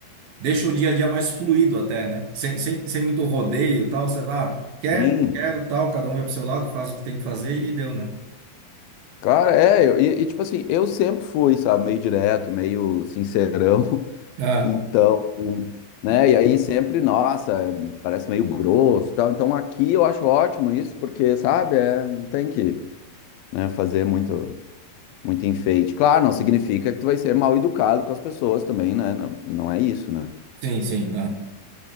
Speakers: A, on the right; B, on the left.
A: deixa o dia a dia mais fluido até, né? Sem, sem, sem muito rodeio e tal, você vai, ah, quer,
B: Sim.
A: não quero, tal, cada um vai pro seu lado, faz o que tem que fazer e deu, né?
B: Cara, é, eu, e, e, tipo assim, eu sempre fui, sabe, meio direto, meio sincerão, <laughs>
A: Ah,
B: então, né, e aí sempre, nossa, é, parece meio grosso e tal, então aqui eu acho ótimo isso, porque, sabe, é, não tem que, né, fazer muito, muito enfeite. Claro, não significa que tu vai ser mal educado com as pessoas também, né, não, não é isso, né,
A: sim, sim.